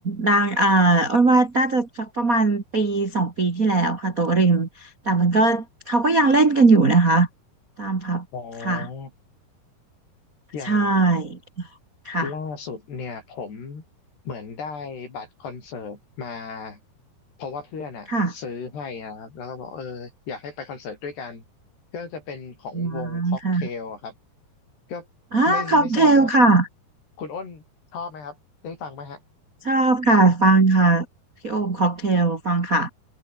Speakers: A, on the right (about 40°); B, on the left (about 85°).
A: ดังเอ่ออ้นว่าน่าจะสักประมาณปีสองปีที่แล้วค่ะโต๊ะริมแต่มันก็เขาก็ยังเล่นกันอยู่นะคะตามผับค่ะ
B: อ๋ออย่าง
A: ใช่ค่ะ
B: ล่าสุดเนี่ยผมเหมือนได้บัตรคอนเสิร์ตมาเพราะว่าเพื่อนอ่ะซื้อให้นะครับแล้วก็บอกเอออยากให้ไปคอนเสิร์ตด้วยกัน
A: ค่ะ
B: ก็จะเป็นของวงค็อกเทลอะครับ
A: อ๋ค่ะ
B: ก็
A: อ่าค็อกเทลค่ะ
B: ไม่ไม่ทราบว่าคุณอ้นชอบไหมครับได้ฟังไหมฮะ
A: ชอบค่ะฟังค่ะพี่โอมค็อกเทลฟังค่ะ